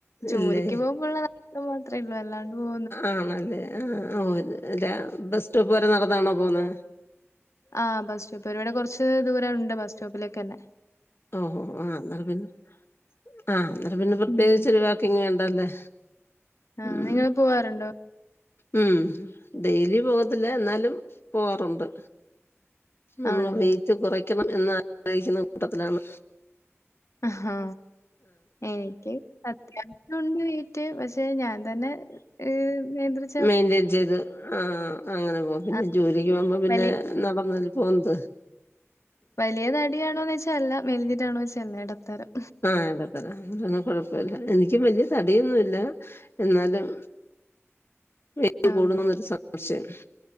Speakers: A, on the left (about 75°); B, on the left (about 55°).
A: ജോലിക്ക്
B: ഇല്ലേ
A: പോകുമ്പുള്ള നടത്തം മാത്രേ ഉള്ളൂ അല്ലാണ്ട് പോ
B: ആണല്ലേ ആഹ് ഓഹ് അല്ല ബസ് സ്റ്റോപ്പ് വരെ നടന്നാണോ പോന്നെ
A: ആഹ് ബസ്റ്റോപ്പ് വരെ ഇവിടെ കുറച്ച് ദൂരം ഉണ്ട് ബസ് സ്റ്റോപ്പിലേക്ക്‌ തന്നെ
B: ഓഹോ ആഹ് അന്നേരം പിന്നെ ആഹ് അന്നേരം പിന്നെ പ്രത്യേകിച്ചോരു
A: ഉം.
B: വാക്കിങ്ങ് വേണ്ടല്ലേ
A: ആഹ്
B: ഉം
A: നിങ്ങൾ പോവാറുണ്ടോ
B: ഉം ഡെയിലി പോവത്തില്ല എന്നാലും പോവാറുണ്ട് നമ്മള്
A: ആണല്ലേ.
B: വെയിറ്റ് കുറയ്ക്കണം എന്ന് ആഗ്രഹിക്കുന്ന കൂട്ടത്തിലാണ്
A: ആഹ് എനിക്ക് അത്യാവശ്യവുണ്ട് വെയിറ്റ് പക്ഷെ ഞാൻ തന്നെ ഏഹ് നിയന്ത്രി
B: മെയിന്റെയിൻ ചെയ്ത് ആഹ് അങ്ങനെ പോവും പിന്നെ
A: ആ
B: ജോലിക്ക് പോകുമ്പോ പിന്നെ
A: വലിയ
B: നടന്നല്ലേ പോന്നത്
A: വലിയ തടിയാണോന്ന് ചോയിച്ച അല്ല മെലഞ്ഞിട്ടാണോന്ന് ചോയിച്ച അല്ല എടത്തരം
B: ആഹ് എടത്തരം അപ്പോ പിന്നെ കുഴപ്പോല്ല എനിക്കും വല്യ തടിയൊന്നുല്ല എന്നാലും വെ യിറ്റ്
A: ആഹ്
B: കൂടുന്നൊന്ന് ഒരു സംശയം